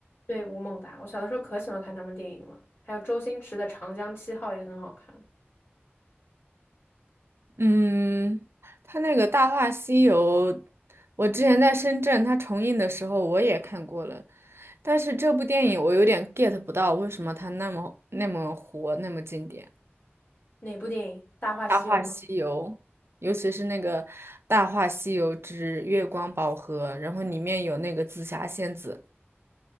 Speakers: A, on the left (about 60°); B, on the right (about 70°).
A: 对，吴孟达，我小的时候可喜欢看他们电影了。还有周星驰的《长江七号》也很好看。
B: 嗯，他那个《大话西游》，我之前在深圳他重映的时候我也看过了，但是这部电影我有点 get 不到为什么他那么那么火，那么经典。
A: 哪部电影？《大话西游》吗？
B: 《大话西游》，尤其是那个《大话西游之月光宝盒》，然后里面有那个紫霞仙子，